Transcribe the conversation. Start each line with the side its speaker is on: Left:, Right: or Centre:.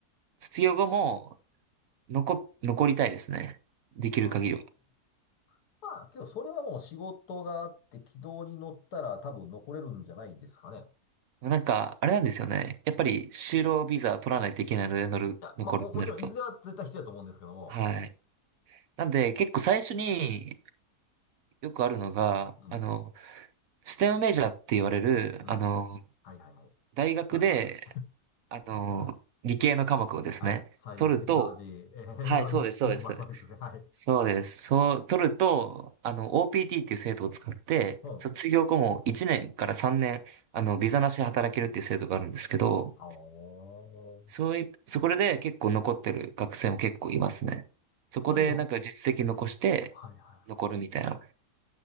Right: 卒業後も残、残りたいですね。できる限りは。
Left: あーまあ、けどそれはもう仕事があって軌道に乗ったら多分残れるんじゃないですかね。
Right: まあなんか、あれなんですよね。やっぱり就労ビザ取らないといけないので、乗る、
Left: いや、
Right: 残るってなると。
Left: まあもう、もちろんいずれは絶対必要だと思うんですけども。
Right: はい。なんで、結構最初によくあるのが、
Left: うん、
Right: あの、ステムメジャーって言われる、
Left: うん。
Right: あの、
Left: はいはいはい。
Right: 大学で、
Left: わかります。
Right: あの、理系の科目をですね、
Left: <laughs> はい。サイエンス、
Right: 取ると、
Left: テクノロジー、エレクトロニクス、
Right: はい、そうです、そうです。
Left: マスマティクスですね。はい。
Right: そうです。そう、取ると、あの、OPT っていう制度を使って、
Left: うん。
Right: 卒業後も1年から3年、あの、ビザなしで働けるっていう制度があるんですけど、
Left: ああー。
Right: そういう、そこでね結構残ってる学生も結構いますね。そこでなんか実績残して、
Left: それでも、はいはいは
Right: 残るみたいな。